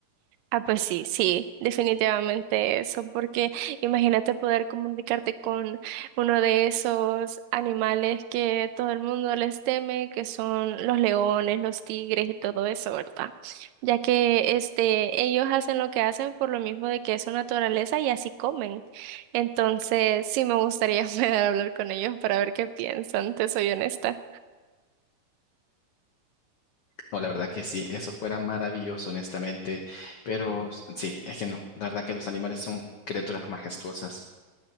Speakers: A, on the right; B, on the left.
A: Ah, pues sí, sí, definitivamente eso, porque imagínate poder comunicarte con uno de esos animales que todo el mundo les teme, que son los leones, los tigres y todo eso, ¿verdad? Ya que este, ellos hacen lo que hacen por lo mismo de que es su naturaleza y así comen. Entonces, sí me gustaría <laughs> poder hablar con ellos para ver qué piensan, te soy honesta.
B: No, la verdad que sí, eso fuera maravilloso, honestamente. Pero s- sí, es que no, la verdad que los animales son criaturas majestuosas.